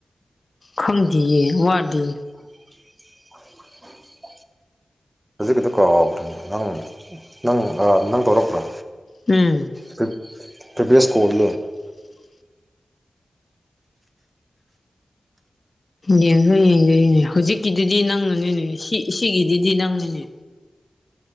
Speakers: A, on the left; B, on the right.
A: ꯈꯪꯗꯦꯌꯦ ꯋꯥꯗꯤ
B: <unintelligible> <unintelligible> ꯍꯧꯖꯤꯛꯀꯤꯗꯨ ꯀꯥꯎꯈ꯭ꯔꯦꯅꯦ ꯅꯪ ꯅꯪ ꯅꯪ ꯇꯧꯔꯛꯄ꯭ꯔꯥ
A: ꯎꯝ
B: ꯄ ꯄꯔꯤꯄ ꯁ꯭ꯀꯨꯜ
A: ꯑ ꯌꯦꯡꯈ ꯌꯦꯡꯖꯩꯅꯦ ꯍꯧꯖꯤꯛꯀꯤꯗꯨꯗꯤ ꯅꯪꯉꯅꯤꯅꯦ ꯁꯤ ꯁꯤꯒꯤꯗꯨꯗꯤ ꯅꯪꯉꯅꯦ